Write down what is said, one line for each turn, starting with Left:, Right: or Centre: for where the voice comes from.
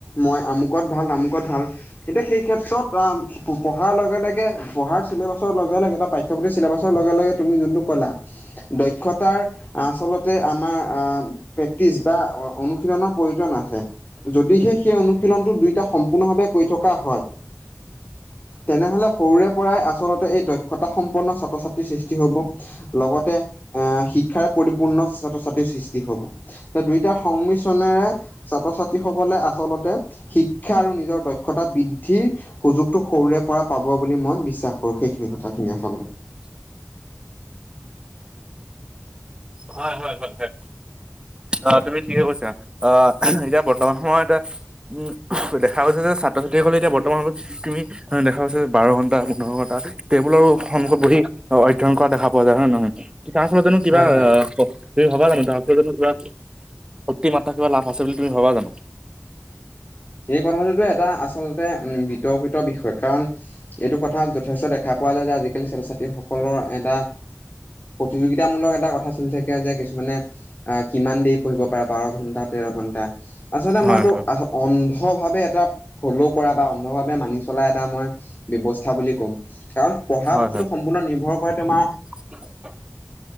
Left: মই আমুকত ভাল, তামুকত ভাল এতিয়া সেই ক্ষেত্ৰত পঢ়াৰ লগে লগে, পঢ়াৰ চিলেবাছৰ লগে লগে বা পাঠ্যয়পুথিৰি চিলেবাছৰ লগে লগে তুমি যোনটো ক'লা। দক্ষতাৰ আচলতে আমাৰ আহ প্ৰেক্টিচ বা অনুশীলনৰ প্ৰয়োজন আছে। যদিহে সেই অনুশীলনটো দুইটা সম্পূৰ্ণ ভাৱে কৰি থকা হয়। তেনেহলে সৰুৰে পৰাই আচলতে এই দক্ষতা সম্পন্ন ছাত্ৰ ছাত্ৰীৰ সৃষ্টি হব, লগতে আহ শিক্ষাৰে পৰিপূৰ্ণ ছাত্ৰ -ছাত্ৰীৰ সৃষ্টি হ'ব। দুইটা সংমিশ্ৰণেৰে ছাত্ৰ -ছাত্ৰীসকলে আচলতে শিক্ষা আৰু নিজৰ দক্ষতা বৃদ্ধি দ্ধি সুযোগটো সৰুৰে পৰা পাব বুলি মই বিশ্বাস কৰো। সেইখিনি কথাখিনিয়ি আচলতে
Right: হয় হয় হয় হয়। অঁ তুমি ঠিকে কৈছা, অ এতিয়া বৰ্তমান সময় এটা উম <unintelligible> দেখা গৈছে যে ছাত্ৰ-ছাত্ৰীসকলে এতিয়া বৰ্তমানত তুমি দেখা পাইছ বাৰ ঘণ্টা, পোন্ধৰ ঘণ্টা টেবুলৰ সন্মুখত বহি অধ্যয়ন কৰা দেখা পোৱা যায়, হয় নহয়? তাৰ পাছলত জানো কিবা
Left: হয় হয়
Right: আহ তুমি ভবা জানো তাৰছ জানো কিবা' অতি মাত্ৰা কিবা লাভ আছে বুলি তুমি ভবা জানো?
Left: এই কথাটোতো এটা আচলতে বিতৰ্কিত বিষয়। কাৰণ এইটো কথা যথেষ্ট দেখা পোৱা যায় যে' আজিকালি ছাত্ৰ ছাত্ৰীসকলৰ এটা প্ৰতিযোগিতামূলক এটা কথা চলিচে যে কিছুমানে আহ কিমান দেৰি পঢ়িব পাৰে বাৰ ঘণ্টা, তেৰ ঘন্টা, আচলতে
Right: হয়
Left: মইতো
Right: হয়
Left: আ অন্ধভাৱে এটা ফ'ল' কৰা বা অন্ধভাৱে মানি চলা এটা মই ব্যৱস্থা বুলি ক'ম। কাৰণ পঢ়া
Right: হয়
Left: বস্তুতটো সম্পূৰ্ণ নিৰ্ভৰ কৰে তোমাৰ
Right: <inaudible>